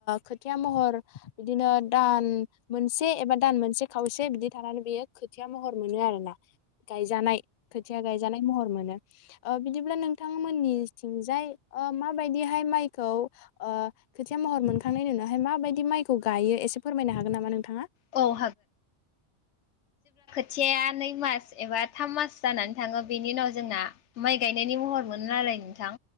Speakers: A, on the left; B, on the left.
A: खोथिया महर बिदिनो दान मोनसे एबा दान मोनसे खावसे बिदि थानानै बियो खोथिया महर मोनो आरोना गायजानाय खोथिया गायजानाय महर मोनो। ओ बिदिब्ला नोंथां मोननिथिंजाय माबायदिहाय माइखौ ओ खोथिया महर मोनखांनायनि उनावहाय माबायदि माइखौ गायो एसे फोरमायनो हागोन नामा नोंथाङा?
B: औ खोथिया नै मास एबा थाम मास जानानै थाङो बेनि उनाव जोंना माइ गायनायनि महर मोनो नालाय नोंथां